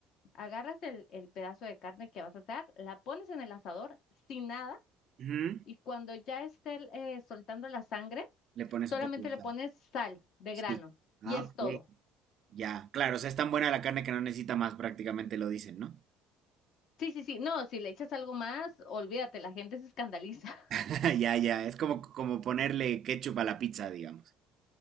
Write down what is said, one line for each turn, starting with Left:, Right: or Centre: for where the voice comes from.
Left: Agarras el, el pedazo de carne que vas a hacer, la pones en el asador sin nada
Right: Ujú.
Left: y cuando ya esté eh, soltando la sangre,
Right: Le pones
Left: solamente
Right: un poco de
Left: le
Right: sal.
Left: pones sal de
Right: Sí.
Left: grano
Right: Ah,
Left: y es
Right: ok.
Left: todo.
Right: Ya, claro, o sea, es tan buena la carne que no necesita más, prácticamente lo dicen, ¿no?
Left: Sí, sí, sí, no, si le echas algo más, olvídate, la gente se escandaliza. <laughs>
Right: <laughs> Ya, ya, es como, como ponerle ketchup a la pizza, digamos.